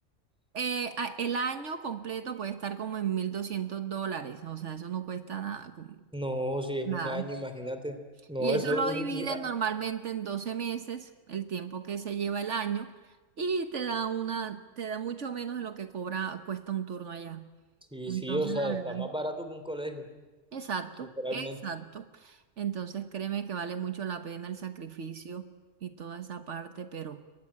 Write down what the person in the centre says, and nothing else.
No, si es
un año, imagínate. No,
eso,
ni,
ni- ah,
sí,
sí, o sea,
está más barato que un colegio,
literalmente.